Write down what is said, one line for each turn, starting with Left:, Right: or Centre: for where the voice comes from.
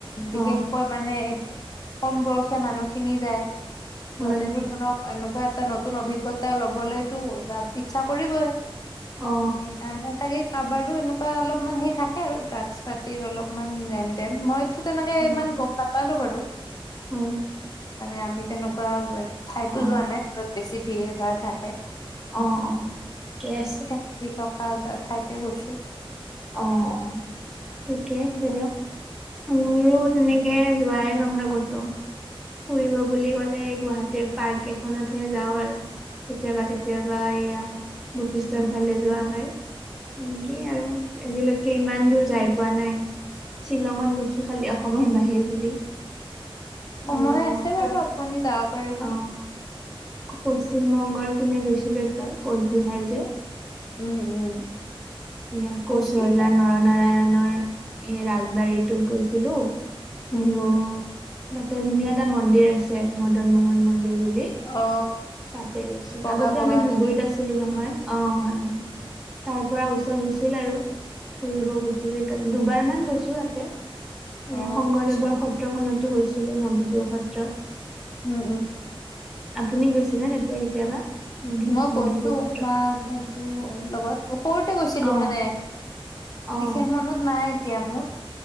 Left: বিশেষকৈ
Centre: অ
Left: মানে কম বয়সীয়া মানুহ খিনি যায় সিহঁতেতো
Centre: হয় হয়
Left: ধৰক এনেকুৱা এটা নতুন অভিজ্ঞতা লবলৈতো য ইচ্ছা কৰিবই
Centre: অ
Left: সেইকাৰণে চাগে কাবাৰোতো এনেকুৱা অলপমান সেই থাকে আৰু ড্ৰাগছ পাতিৰ অলপমান লেন দেন মই টো তেনেকে
Centre: হয়
Left: ইমান গম নাপালো বাৰু
Centre: হয়
Left: মানে আমি তেনেকুৱা ঠাইতো
Centre: অ
Left: যোৱা নাই যত বেছি ভিৰ ভাৰ থাকে
Centre: অ অ ত আছে
Left: ফেমিলি থকা হজাৰ ঠাইতে গৈছোঁ
Centre: অ অ থিকে আছে দিয়ক মোৰো তেনেকে
Left: ঠিকে আছে।
Centre: যোৱাই নহয় ক'তো ফুৰিব বুলি ক'লে এই গুৱাহাটীৰ পাৰ্ক কেইখনতহে যাওঁ আৰু কেতিয়াবা কেতিয়াবা এইয়া বশিষ্ঠৰ
Left: উম।
Centre: ফালে যোৱা হয় তেনেকেই আৰু আজিলৈকে ইমান দূৰ যাই পোৱা নাই শ্বিলঙত গৈছোঁ খালি অসমৰ বাহিৰ বুলি
Left: সময়
Centre: আৰু
Left: আছে বাৰু
Centre: ক
Left: আপুনি যাব পাৰিব
Centre: অ পশ্চিম বংগৰ পিনে গৈছিলোঁ একবাৰ কোচবিহাৰ যে
Left: উম উম
Centre: এয়া কোচ
Left: কোচবিহাৰ।
Centre: ৰজা নৰনাৰায়ণৰ এই ৰাজবাৰীটোত গৈছিলো
Left: উম
Centre: আৰু এ ধুনীয়া এটা মন্দিৰ আছে মদন মোহন মন্দিৰ বুলি
Left: অ
Centre: তাতে গৈছো
Left: বগা
Centre: আগতে
Left: বগা
Centre: আমি ধুবুৰীত
Left: নেকি?
Centre: আছিলো নহয় অ হয় হয় তাৰ পৰা ওচৰ হৈছিল আৰু ফুৰিব গৈছিলো সেইকাৰণে দুবাৰমান গৈছো তাতে
Left: অ
Centre: এ শংকৰদেৱৰ
Left: আচ্ছা।
Centre: সত্ৰখনতো গৈছিলো মধুপুৰ সত্ৰত
Left: উম উম উম উম
Centre: আপুনি গৈছেনে তেতিয়া কেতিয়াবা মধু
Left: মই কৈছো
Centre: মধুপুৰ সত্ৰত
Left: মা ভন্টিৰ লগত বহুত গৈছিলোঁ
Centre: অ
Left: মানে
Centre: অ
Left: বিশেষ মনত নাই এতিয়া মোৰ